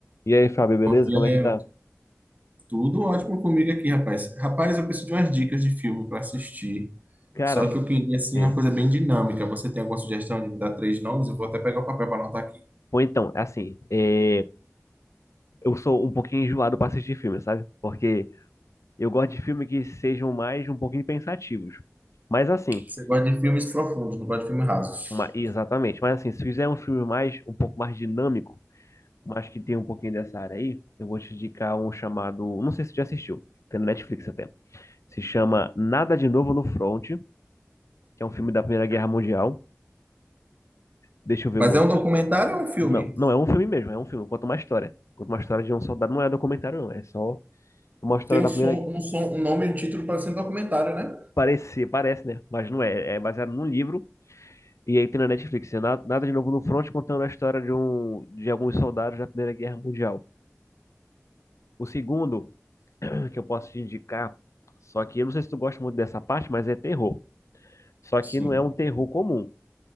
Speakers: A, on the left; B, on the right.
A: E aí, Fábio, beleza?
B: Bom dia,
A: Como
B: Léo.
A: é que tá?
B: Tudo ótimo comigo aqui, rapaz. Rapaz, eu preciso de umas dicas de filme para assistir.
A: Cara,
B: Só que
A: em-
B: eu queria, assim,
A: é.
B: uma coisa bem dinâmica. Você tem alguma sugestão de me dar três nomes? Eu vou até pegar o papel para anotar aqui.
A: Pô, então, é assim, é, eu sou um pouquinho enjoado pra assistir filme, sabe? Porque eu gosto de filme que sejam mais um pouquinho pensativos. Mas assim,
B: Você gosta de filmes profundos, não gosta de filmes rasos.
A: uma- exatamente, mas assim, se fizer um filme mais, um pouco mais dinâmico, mas que tem um pouquinho dessa área aí, eu vou te indicar um chamado, não sei se você já assistiu, tem no Netflix até. Se chama Nada de Novo no Front, que é um filme da Primeira Guerra Mundial. Deixa eu ver
B: Mas
A: o outro.
B: é um documentário ou é um filme?
A: Não, não é um filme mesmo, é um filme, conta uma história. Conta uma história de um soldado, não é documentário, não. É só uma história
B: Tem um
A: da
B: som,
A: primeira.
B: um som, um nome e um título para ser um documentário, né?
A: Parecer, parece, né? Mas não é. É baseado num livro. E aí tem na Netflix. É na- nada de novo no front contando a história de um de alguns soldados da Primeira Guerra Mundial. O segundo <clears throat> que eu posso te indicar, só que eu não sei se tu gosta muito dessa parte, mas é terror. Só que
B: Sim.
A: não é um terror comum,